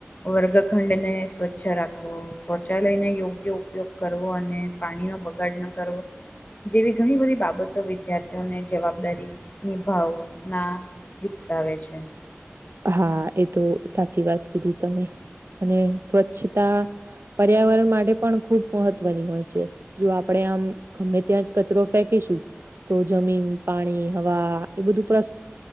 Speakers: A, on the left; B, on the right.
A: વર્ગખંડને સ્વચ્છ રાખવો. શૌચાલયને યોગ્ય ઉપયોગ કરવો અને પાણીનો બગાડ ન કરવો જેવી ઘણી બધી બાબતો વિદ્યાર્થીઓને જવાબદારી ની ભાવના વિકસાવે છે.
B: હા એ તો સાચી વાત કીધી તમે અને સ્વચ્છતા પર્યાવરણ માટે પણ ખુબ મહત્વની હોય છે. જો આપણેે આમ ગમે ત્યાં જ કચરો ફેંકીશું તો જમીન, પાણી, હવા એ બધું પર્સ